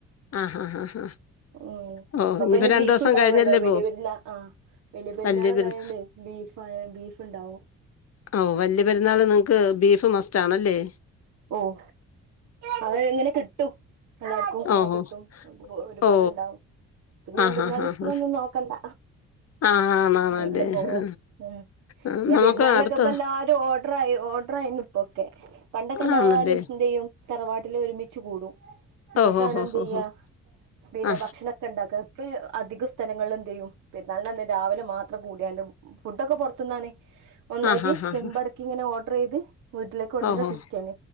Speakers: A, on the left; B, on the right.
A: ആ ഹാ ഹാ ഹാ
B: ഉം
A: ഓ
B: പ്പ
A: ഇനിയിപ്പോ
B: പിന്നെ
A: രണ്ടു
B: ബീഫ്
A: ദിവസം
B: ഉണ്ടാവല്ലോ
A: കഴിഞ്ഞല്ലേ
B: വലിയപെരുന്ന
A: പോ
B: ആഹ് വലിയ പെരുന്നാളൊക്കെ
A: വല്യ പെരു
B: ആയോണ്ടേ ബീഫ ബീഫുണ്ടാവോ
A: ഓ വല്ല്യ പെരുന്നാള് നിങ്ങക്ക് ബീഫ് മസ്റ്റാണല്ലേ
B: ഓഹ് അത് അങ്ങനെ കിട്ടും എല്ലാർക്കും അങ്ങനെ
A: ഓഹോ
B: കിട്ടും ഒരുപാടുണ്ടാവും
A: ഓ
B: പിന്നി
A: ആ
B: രണ്ടു
A: ഹാ
B: മൂന്നാലീസ്ത്ത്നൊന്നും
A: ഹാ ഹാ
B: നോക്കണ്ട
A: ആ ആണാണല്ലേ
B: അങ്ങനെ പോവും
A: ആ
B: ആഹ്
A: ആ
B: ഇനി
A: നമുക്ക്
B: പെരുന്നാളിനൊക്കെപ്പല്ലാ
A: അടുത്ത
B: ഓർഡർ ഓർഡർയീന് ഇപ്പൊക്കെ പണ്ടൊക്കെ എല്ലാരും
A: ആണല്ലേ
B: എന്തയ്യും തറവാട്ടില് ഒരുമിച്ച് കൂടും എന്നിട്ടാണ്
A: ഓഹോ ഹോ
B: എന്തയ്യാ
A: ഹോ ഹോ
B: പിന്നെ
A: ആ
B: ഭക്ഷണ ണ്ടാക്ക ഇപ്പ അധികം സ്ഥലങ്ങളിൽ എന്തയ്യും പെരാളിന്റന്ന് രാവിലെ മാത്രം കൂടിയറെ ഫുഡൊക്കെ പൊറത്ത്ന്നാണെ ഒന്നായിട്ട്
A: ആ ഹാ ഹാ
B: ചെമ്പടക്കി
A: ഹാ
B: ഇങ്ങനെ ഓർഡർ ചെയ്ത് വീട്ടിലേക്ക് കൊണ്ടരുന്ന
A: ഓഹോ
B: സിസ്